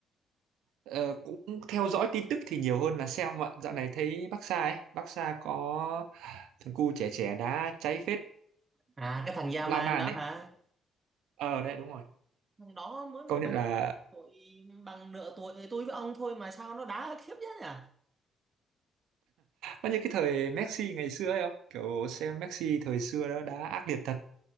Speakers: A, on the right; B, on the right.
A: Ờ, cũng theo dõi tin tức thì nhiều hơn là xem ạ. Dạo này thấy Barca ấy, Barca có thằng cu trẻ trẻ đá cháy phết
B: À cái thằng Yaman
A: La Man
B: đó
A: ấy.
B: hả?
A: Ờ đấy đúng rồi.
B: Thằng đó mới mười
A: Công
B: bảy
A: nhận là
B: tuổi bằng nửa tuổi tôi với ông thôi mà sao nó đá khiếp thế nhỉ?
A: nó như cái thời Messi ngày xưa ấy không? Kiểu xem Messi thời xưa đó đá ác liệt thật